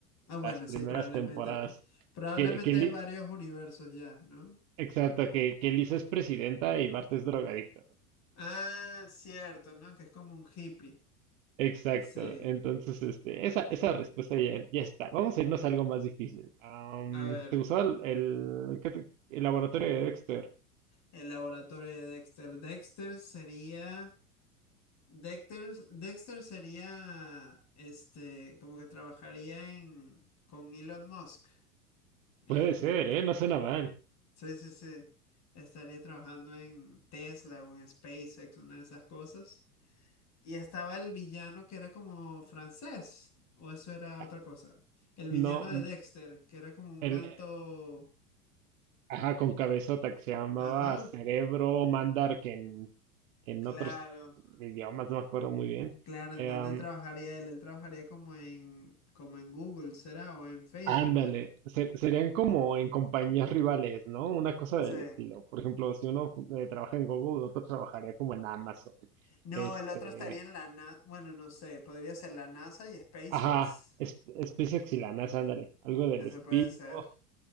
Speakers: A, on the left (about 40°); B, on the right (about 60°).
A: Ah, bueno,
B: las primeras
A: sí, probablemente.
B: temporadas.
A: Probablemente
B: Que, que Li-
A: hay varios universos ya, ¿no?
B: exacto, que, que Lisa es presidenta y Bart es drogadicto.
A: Ah, cierto, ¿no? Que es como un hippie.
B: Exacto.
A: Sí.
B: Entonces, este, esa, esa respuesta ya, ya está. Vamos a irnos a algo más difícil. Am,
A: A ver,
B: ¿te gustó el, el, qué te- el laboratorio de Dexter?
A: el laboratorio de Dexter. Dexter sería. Dexter, Dexter sería. Este. Como que trabajaría en. con Elon Musk. En.
B: Puede ser, ¿eh? No suena mal.
A: Sí, sí, sí. Estaría trabajando en Tesla o en SpaceX, una de esas cosas. Y estaba el villano que era como francés, o eso era
B: Ah,
A: otra cosa. El villano
B: No,
A: de
B: n-
A: Dexter, que era como un
B: el,
A: alto...
B: Ajá, con cabezota que se llamaba
A: Ajá,
B: Cerebro Mandar, que en, en
A: claro,
B: otros idiomas no me acuerdo muy bien.
A: claro,
B: Eh,
A: ¿en dónde
B: am,
A: trabajaría él? Él trabajaría como en, como en Google, ¿será? O en Facebook.
B: ándale, se- serían como en compañías rivales, ¿no? Una cosa
A: Sí.
B: del estilo. Por ejemplo, si uno eh, trabaja en Google, otro trabajaría como en Amazon.
A: No,
B: Este,
A: el otro estaría en la NASA, bueno, no sé, podría ser la NASA y SpaceX.
B: ajá, es- SpaceX y la NASA, ándale, algo del
A: Ese
B: estilo.
A: puede ser,